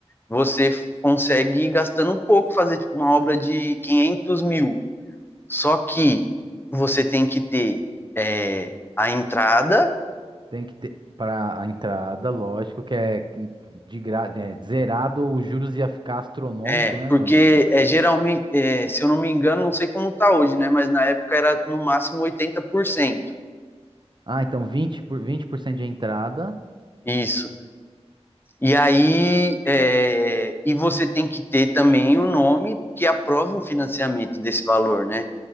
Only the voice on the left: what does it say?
você consegue gastando um pouco fazer tipo uma obra de quinhentos mil Só que você tem que ter é, a entrada,
é,
porque
é, geralmente, é, se eu não me engano, não sei como tá hoje, né? Mas na época era no máximo oitenta por cento
Isso. E aí, é, e você tem que ter também o um nome que aprove um financiamento desse valor, né?